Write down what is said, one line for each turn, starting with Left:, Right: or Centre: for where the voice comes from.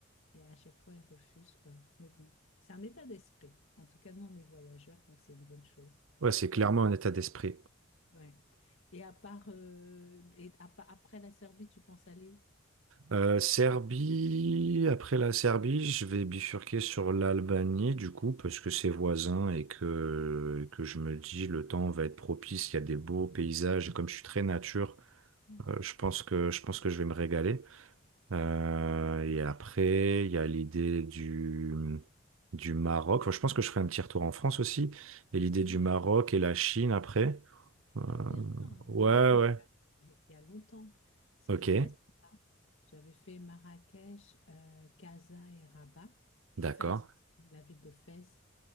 Left: Et à chaque fois, elle refuse, quoi. Mais bon, c'est un état d'esprit. En tout cas, nous, on est voyageurs, donc c'est une bonne chose.
Right: Ouais, c'est clairement
Left: Et, à-
Right: un état d'esprit.
Left: ouais. Et à part, euh, et à pa- après la Serbie, tu penses aller où?
Right: Euh, Serbie, après la Serbie, je vais bifurquer sur l'Albanie du coup, parce que c'est voisin et que, que je me dis le temps va être propice, il y a des beaux paysages, et comme je suis très nature,
Left: Mhm.
Right: euh, je pense que, je pense que je vais me régaler. Euh, et après, il y a l'idée du, du Maroc, Enfin, je pense que je ferai un petit retour en France aussi, et l'idée du
Left: Oui.
Right: Maroc et la Chine après. Euh,
Left: Ah bien,
Right: ouais,
Left: Maroc, j'y Oui.
Right: ouais,
Left: suis allée ouais, il y a longtemps. C'était
Right: ok,
Left: très sympa. J'avais fait Marrakech, euh, Casa et Rabat,
Right: d'accord.
Left: et Fès, aussi, la ville de Fès.